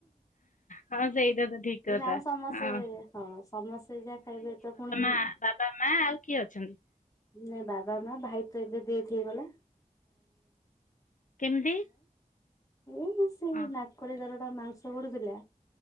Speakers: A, on the left; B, on the left.
A: ହଁ ସେଇଟା ତ ଠିକ
B: ଏଇ
A: କଥା
B: ଆମ ସମସ୍ତେ
A: ହଁ
B: ହଁ ସମସ୍ତେ ଯାହା ଖାଇବେ ତ ପୁଣି
A: ହ ବାବା ମା ଆଉ କିଏ ଅଛନ୍ତି?
B: ନାଇ ବାବା ମା ଭାଇ ତ ଏବେ ଦେଥ ହେଇଗଲା।
A: କେମିତି?
B: ଏ ସେଇ
A: ଅ
B: ନାକରେ ଦାର ଟା ମାଂସ ବଢ଼ୁଥିଲା